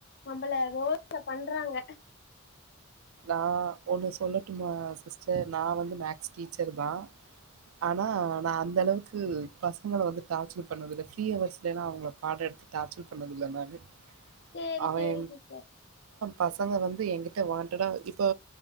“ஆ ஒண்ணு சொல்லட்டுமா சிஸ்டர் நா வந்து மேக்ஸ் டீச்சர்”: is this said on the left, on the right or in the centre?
Right